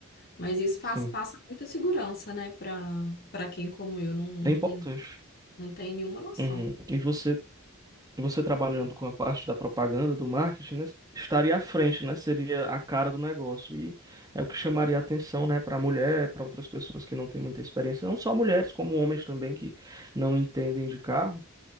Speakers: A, on the left; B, on the right.
A: Mas isso faz,
B: Sim.
A: passa muita segurança, né, para para quem como eu não, não
B: É importante.
A: tem, não tem nenhuma noção.
B: Uhum. E você E você trabalhando com a parte da propaganda, do marketing, né, estaria à frente, né? Seria a cara do negócio. E é o que chamaria a atenção, né, para a mulher, para outras pessoas que não têm muita experiência, não só mulheres, como homens também que não entendem de carro.